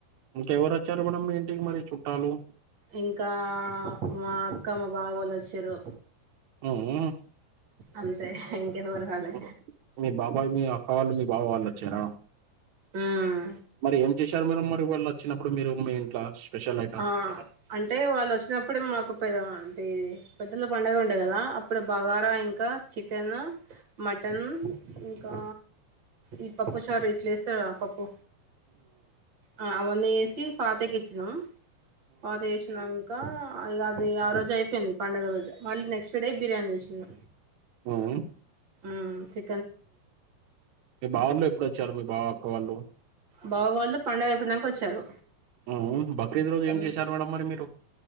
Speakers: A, on the right; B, on the right.
A: ఇంకేవరోచ్చారు మేడం ఇంటికి మరి చుట్టాలు
B: ఇంకా మా అక్క మా బావ వాళ్ళోచ్చిరు
A: మ్
B: అంతే ఇంకెవ్వరు రాలే
A: మ్ మీ బాబాయ్ మీ అక్క వాళ్ళు మీ బావ వాళ్ళు వచ్చారా
B: ఉమ్
A: మరి ఏం చేశారు మరి వళ్ళు వచ్చినప్పుడు మీరు మీ ఇంట్లో స్పెషల్ ఐటమ్
B: ఆ అంటే వాళ్ళు వచ్చినప్పుడే మాకు పె అంటే పెద్దల పండగ ఉంటాయి కదా అప్పుడు బగారా ఇంకా చికెన్ మటన్ ఇంకా ఈ పప్పు చారు ఇట్లా వేస్తారా పప్పు ఆ అవన్నీ ఎసి పాతకిచ్ న పాతేసినం ఇగ అది ఆ రోజు అయిపోయింది పండుగ రోజు మళ్ళీ నెక్స్ట్ డే బిర్యానీ చేసి న
A: హుమ్
B: మ్ చి
A: మీ బావొళ్ళు ఎప్పుడొచ్చారు మీ బావ అక్క వాళ్ళు
B: బావ వాళ్ళు పండుగైపోయినాకోచ్చారు
A: హ్మ్. బక్రీద్ రోజు ఏం
B: మ్
A: చేశారు మేడం మరి మీరు